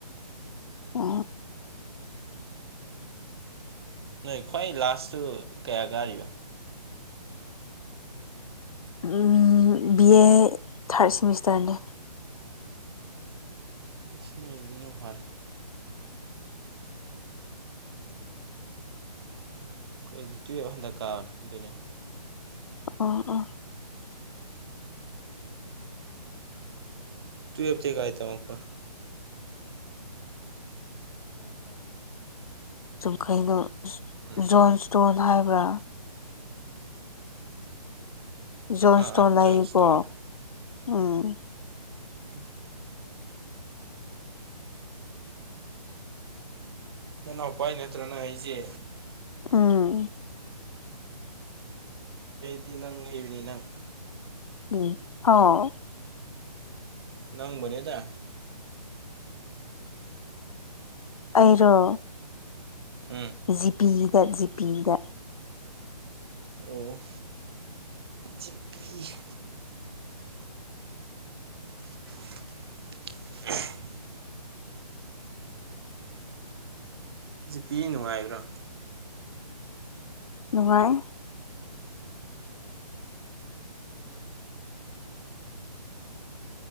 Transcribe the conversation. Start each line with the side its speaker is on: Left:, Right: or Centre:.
Left: ꯎ
Right: ꯅꯣꯏ ꯈ꯭ꯋꯥꯏ ꯂꯥꯁꯇꯨ ꯀꯌꯥ ꯀꯥꯔꯤꯕ
Left: <unintelligible> ꯕꯤꯑꯦ ꯊꯥ꯭ꯔꯗ ꯁꯤꯃꯤꯁꯇ꯭ꯔꯅꯦ
Right: ꯏꯁꯤꯡꯅꯤ ꯏꯗꯨꯅ ꯍꯜ ꯑꯩꯈꯣꯏꯗꯤ ꯇ꯭ꯋ‌ꯦꯞ ꯍꯟꯗꯛ ꯀꯥꯕꯅꯤ ꯑꯗꯨꯅꯦ
Left: ꯑ ꯑ
Right: ꯇ꯭ꯋ‌ꯦꯜꯞ ꯇꯤ ꯒꯥꯏ ꯇꯝꯃꯛꯄ
Left: ꯇ꯭ꯋ‌ꯦꯜꯞ ꯂ‌ꯣ
Right: ꯎꯝ
Left: ꯖꯣꯟꯁ ꯇꯣꯟꯅ ꯍꯥꯏꯕ꯭ꯔꯥ ꯖꯣꯟꯁꯇꯣꯟ
Right: ꯑꯥ ꯑꯥ
Left: ꯂꯩꯀꯣ
Right: ꯖꯣꯟꯁꯇꯣꯟꯗ
Left: ꯎꯝ
Right: ꯎꯝ ꯅꯅꯥꯎꯄꯥꯥꯏ ꯅꯠꯇ꯭ꯔ ꯅꯪ ꯑꯩꯁꯦ
Left: ꯎꯝ
Right: ꯗꯤ ꯅꯪ ꯍꯥꯏꯕꯅꯦ ꯅꯪ
Left: ꯎꯝ ꯍꯥꯎ
Right: ꯅꯪꯕꯨꯅꯤꯗ
Left: ꯑꯩꯔꯣ
Right: ꯎꯝ
Left: ꯖꯤꯄꯤꯗ ꯖꯤꯄꯤꯗ
Right: ꯑꯣ ꯖꯤꯞꯄꯤ <inaudible> ꯖꯤ ꯄꯤ ꯅꯨꯡꯉꯥꯏ꯭ꯔꯣ
Left: ꯅꯨꯡꯉꯥꯏ